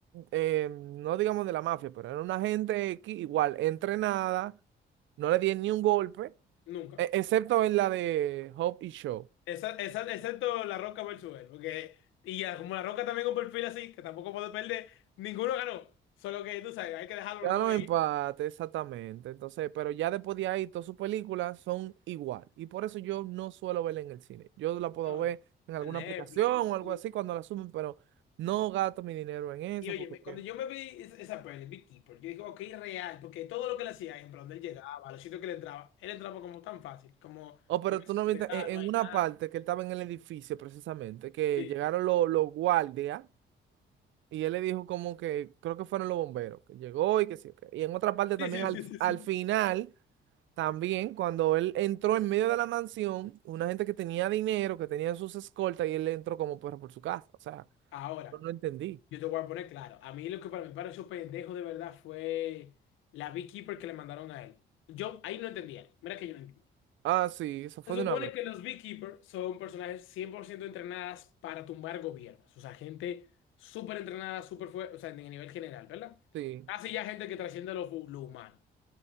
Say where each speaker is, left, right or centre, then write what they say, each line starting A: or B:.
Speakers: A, on the right (about 70°); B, on the left (about 85°).
A: eh, no digamos de la mafia, pero era un agente X, igual, entrenada, no le dieron ni un golpe,
B: Nunca.
A: e- excepto en la de Hope y Shaw.
B: Esa- esa- excepto La Roca versus él, porque y ya, como La Roca también con perfil así, que tampoco puedo perder, ninguno ganó. Solo que tú sabes, hay que dejarlo
A: Quedaron
B: los dos
A: empate,
B: y
A: exactamente. Entonces, pero ya después de ahí, todas sus películas son igual. Y por eso yo no suelo verla en el cine. Yo la puedo
B: no,
A: ver
B: no.
A: en alguna
B: En Netflix,
A: aplicación
B: algo así.
A: o algo así cuando la suben, pero no gasto mi dinero en eso.
B: Y oye,
A: Porque...
B: cuando
A: que-
B: yo me vi es- esa peli, Beekeeper, yo dije, ok, real, porque todo lo que le hacía, ejemplo, donde él llegaba, los sitios que le entraba, él entraba como tan fácil, como
A: Oh, pero
B: no hay
A: tú
B: seguridad,
A: no viste en,
B: no hay
A: en una
B: nada.
A: parte que él estaba en el edificio precisamente, que
B: Sí,
A: llegaron los, los guardias y él le dijo como que creo que fueron los bomberos, que llegó y que sí. ok. Y en otra parte también
B: sí, sí,
A: al,
B: sí, sí.
A: al
B: sí.
A: final. También cuando él entró en medio de la mansión, una gente que tenía dinero, que tenía sus escoltas, y él entró como perro por su casa. O sea,
B: Ahora,
A: yo no entendí.
B: yo te voy a poner claro, a mí lo que para mí pareció pendejo de verdad fue la Beekeeper que le mandaron a él. Yo ahí no entendía, mira que yo no entendía.
A: Ah, sí, eso fue
B: Se supone
A: de una vez.
B: que los Beekeepers son personajes 100% entrenadas para tumbar gobiernos. O sea, gente súper entrenada, súper fuerte, o sea, en el nivel general, ¿verdad?
A: Sí.
B: Así ya gente que trasciende lo, fu- lo humano.